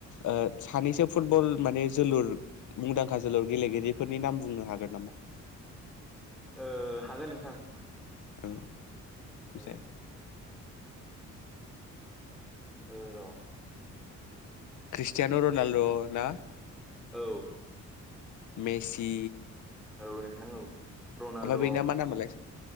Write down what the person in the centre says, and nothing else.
ओ हागोन नोंथां।
ओ ओ र'
औ
औ नोंथां औ रनाल्द'